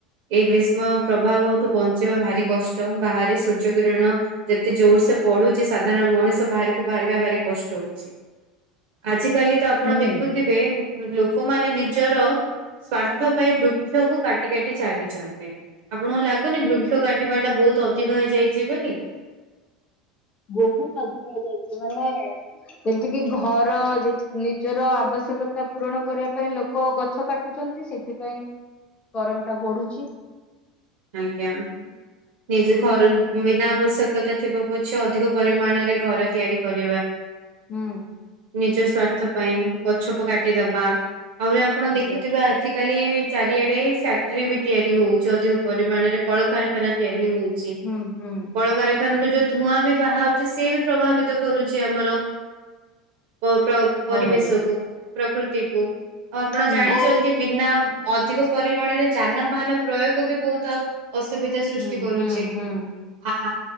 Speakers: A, on the right (about 60°); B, on the left (about 30°).
A: ଏଇ ଗ୍ରୀଷ୍ମ ପ୍ରଭାବଠୁ ବଞ୍ଚିବା ଭାରି କଷ୍ଟ। ବାହାରେ ସୂର୍ଯ୍ୟ କିରଣ। ଯେତେ ଜୋର ସେ ପଡୁଛି ସାଧାରଣ ମଣିଷ ବାହାରିକୁ ବାହାରିବା ଭାରି। କଷ୍ଟ ହଉଛି। ଆଜି। କାଲି ତ ଆପଣ
B: ହୁଁ।
A: ଦେଖୁଥିବେ। ଲୋକମାନେ ନିଜର ସ୍ଵାର୍ଥ ପାଇଁ ବୃକ୍ଷ କ କାଟି କାଟି ଚାଲିଛନ୍ତି ଆପଣଙ୍କୁ ଲାଗୁନି
B: ହୁଁ
A: ବୃକ୍ଷ
B: ହୁଁ
A: କାଟିବା ଟା ବହୁତ। ତ ଅଧିକ ହେଇଯାଇଛି ବୋଲି।
B: ବହୁତ ଅଧିକା ହେଇଯାଇଛି ମାନେ ଯେମତି କିି ଘର ନିଜର ଆବଶ୍ୟକତା ପୂରଣ କରିବା ପାଇଁ ଲୋକ ଗଛ କାଟୁଛନ୍ତି ସେଥିପାଇଁ ଗରମ ଟା ବଢୁଛି।
A: ଆଜ୍ଞା ନିଜ ଘର ବିନା ଆବଶ୍ୟକତା ଥିବ ପଛେ ଅଧିକ ପରିମାଣରେ ଘର ତିଆରି କରିବା।
B: ହୁଁ।
A: ନିଜ ସ୍ଵାର୍ଥ ପାଇଁ ଗଛକୁ କାଟିଦବା। ଆହୁରି ଆପଣ ଦେଖୁଥିବେ
B: ଆଜ୍ଞା
A: ଆଜି କାଲି। ଚାରିଆଡେ ଫ୍ୟାକ୍ଟ୍ରି ବି ତିଆରି ହଉଛି ଅଧିକ। ପରିମାଣରେ କଳକାରଖାନା ତିଆରି ହଉଛି।
B: ହୁଁ ହୁଁ
A: କଳକାରଖାନା ର ଯ ଧୂଆଁ ବି ବାହାରୁଛି ସିଏ ବି ପ୍ରଭାବିତ କରୁଛି ଆମର ପ ପ୍ର ପରିବେଶକୁ
B: ହଁ ମ୍ୟାଡାମ
A: ପ୍ରକୃତିକୁ ଆଉ ଆପଣ
B: ହୁଁ
A: ଜାଣିଛନ୍ତି ବିନା ଅଧିକ ପରିମାଣରେ ଯାନବାହାନ ପ୍ରୟୋଗ ବି ବହୁତ ଅସୁବିଧା ସୃଷ୍ଟି
B: ହୁଁ
A: କରୁଛି
B: ହୁଁ ହୁଁ
A: ଆ